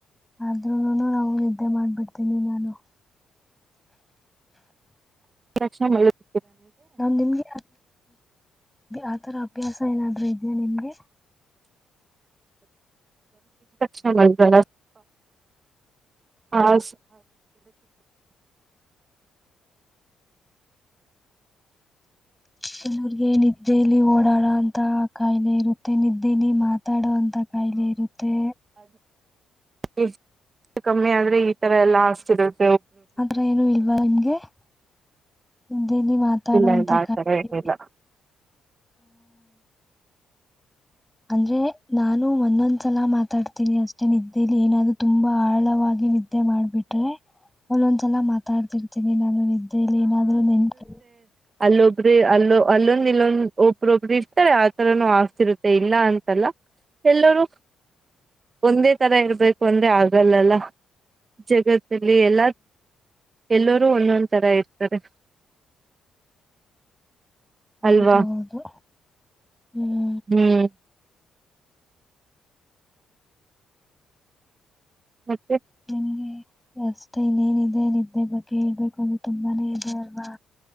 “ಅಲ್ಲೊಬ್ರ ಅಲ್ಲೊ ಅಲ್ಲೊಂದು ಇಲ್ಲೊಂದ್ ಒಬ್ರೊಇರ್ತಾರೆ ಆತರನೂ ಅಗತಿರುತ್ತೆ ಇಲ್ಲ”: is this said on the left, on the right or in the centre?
Right